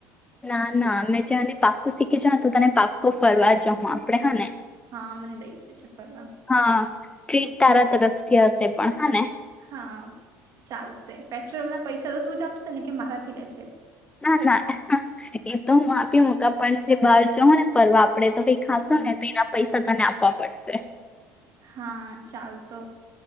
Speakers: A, on the left; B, on the right.
A: ના ના અમે તને પાક્કોું શીખી જાઉ તો તને પાક્કો ફરવા જઉં આપડે હા ને.
B: હા મને લઈ જ <unintelligible> ફરવા.
A: હા ટ્રીટ તારા તરફથી હશે પણ હા ને.
B: હા ચાલશે પેટ્રોલ ના પૈસા તો તું જ આપશે ને કે મારાથી લેશે.
A: ના ના એ તો આપી <unintelligible> પણ જે બહાર જવ ને ફરવા આપ આપડે તો કઈ ખાસશે
B: હમ
A: ને તો એના પૈસા તને આપવા પડશે.
B: હા ચાલ તો